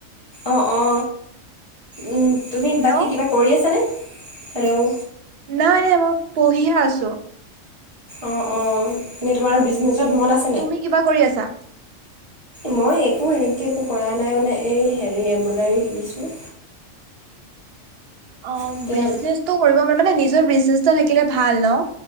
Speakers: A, on the left; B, on the right.
A: অ অ, উম তুমি
B: হেল্ল'
A: বাকী কিবা কৰি আছনে? হেল্ল'?
B: নাই নাই মই পঢ়িহে আছোঁ।
A: অ অ এনেই তোমাৰ বিজনেচত মন আছ
B: তুমি কিবা কৰি আছা?
A: মই একো এনেকে একো কৰা নাই মানে এই হেৰি এমব্ৰইডাৰী শিকিছোঁ।
B: অ
A: এতিয়া
B: বিজনেচটো কৰিব মানে নিজৰ বিজনেচ এটা থাকিলে ভাল ন?